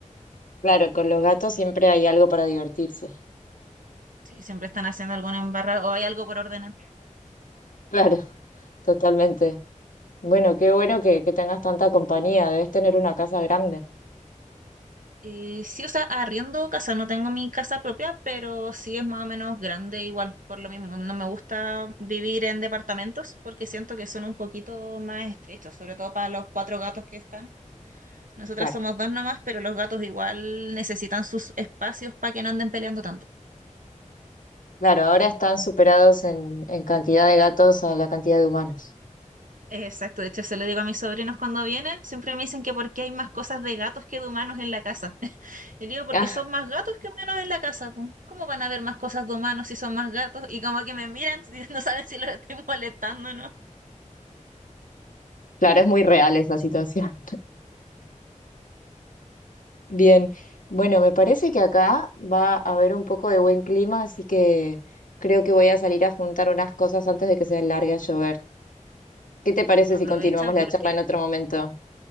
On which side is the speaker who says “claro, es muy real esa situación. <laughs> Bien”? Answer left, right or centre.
Left